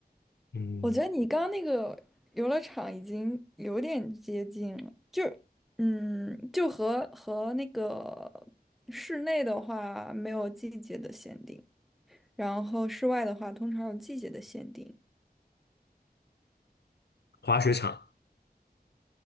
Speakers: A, on the left; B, in the centre.
A: 嗯，
B: 我觉得你刚刚那个游乐场已经有点接近了，就嗯，就和和那个室内的话没有季节的限定，然后室外的话通常有季节的限定。
A: 滑雪场